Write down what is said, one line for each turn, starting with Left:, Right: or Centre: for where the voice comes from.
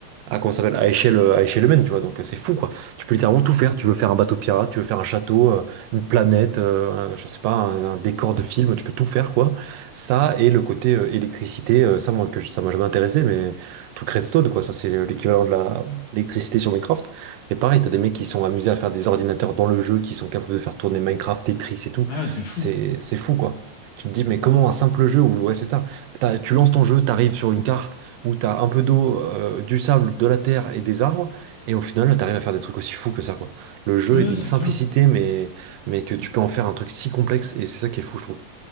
Right: comment ça s'appelle, à échelle, euh, à échelle humaine, tu vois. Donc euh, c'est fou quoi. Tu peux littéralement tout faire. Tu veux faire un bateau pirate, tu veux faire un château. euh, une planète, euh, un- je sais pas, un, un décor de film, tu peux tout faire quoi. Ça et le côté euh, électricité, euh, ça moi que je- ça m'a jamais intéressé, mais truc redstone quoi, ça c'est l'équivalent de la l'électricité sur Minecraft. Et pareil, t'as des mecs qui sont amusés à faire des ordinateurs dans le jeu, qui sont capables de faire tourner Minecraft, Tetris et tout.
Left: Ah, ouais, c'est fou.
Right: C'est c'est fou quoi. Tu te dis mais comment un simple jeu où ouais c'est ça, T'as- tu lances ton jeu, t'arrives sur une carte où t'as un peu d'eau, euh, du sable, de la terre et des arbres, et au final t'arrives à faire des trucs aussi fous que ça quoi. Le jeu
Left: Ouais,
Right: est d'une
Left: c'est
Right: simplicité
Left: clair.
Right: mais mais que tu peux en faire un truc si complexe, et c'est ça qui est fou, je trouve.